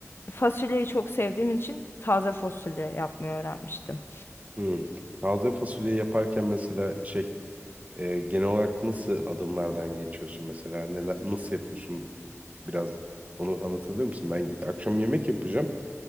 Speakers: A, on the left (about 45°); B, on the right (about 30°).
A: fasulyeyi çok sevdiğim için taze fasulye yapmayı öğrenmiştim.
B: Hmm. Taze fasulye yaparken mesela şey e, genel olarak nasıl adımlardan geçiyorsun mesela neler nasıl yapıyorsun biraz onu anlatabilir misin? Ben akşam yemek yapacağım.